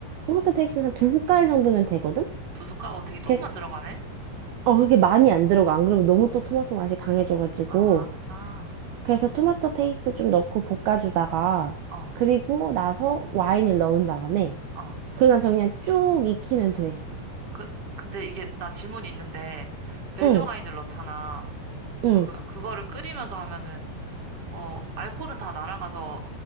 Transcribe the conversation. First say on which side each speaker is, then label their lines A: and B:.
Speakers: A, on the right (about 70°); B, on the right (about 25°).
A: 토마토 페이스는 한 두 숟갈 정도면 되거든?
B: 두 숟갈? 어, 되게 조금만
A: 그래서,
B: 들어가네?
A: 어, 그렇게 많이 안 들어가. 안 그러면 너무
B: 어,
A: 또 토마토 맛이 강해져가지고.
B: 아, 아,
A: 그래서 토마토 페이스트 좀 넣고 볶아주다가,
B: 어,
A: 그리고 나서 와인을 넣은 다음에,
B: 어.
A: 그러고 나서 그냥 쭉 익히면 돼.
B: 그, 근데 이게, 나 질문이 있는데, 레드와인을
A: 응,
B: 넣잖아.
A: 응.
B: 그러면 그거를 끓이면서 하면은 어 알코올은 다 날아가서